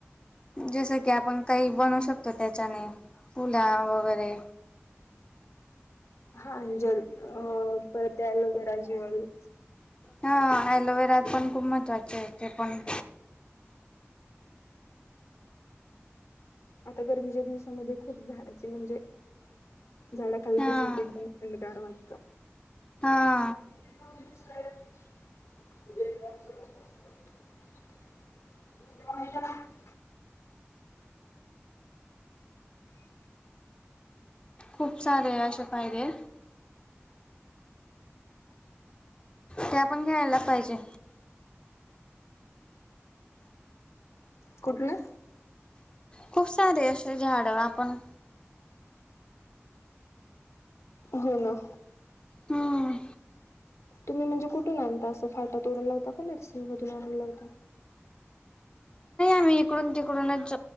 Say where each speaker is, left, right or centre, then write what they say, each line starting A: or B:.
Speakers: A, on the left; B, on the left.
A: जसं की आपण काही बनू शकतो त्याच्याने फुला वगैरे.
B: हा अं जल अ परत एलोवेरा जल.
A: हा एलोवेरा पण खूप महत्त्वाचे आहे ते पण.
B: आता गरमीच्या दिवसामध्ये खूप झाडाची म्हणजे झाडा खाली
A: हा.
B: बसून <unintelligible> गार वागतं.
A: हा.
B: <unintelligible> <unintelligible>
A: खूप सारे अशे फायदे. ते आपण घ्यायला पाहिजे.
B: कुठलं.
A: खूप सारे असे झाड आपण
B: हो ना.
A: हम्म
B: तुम्ही म्हणजे कुठून आणता असं फाटा तोडून लावता का नर्सिंग मधून आणून लावता.
A: मी इकडून तिकडूनच.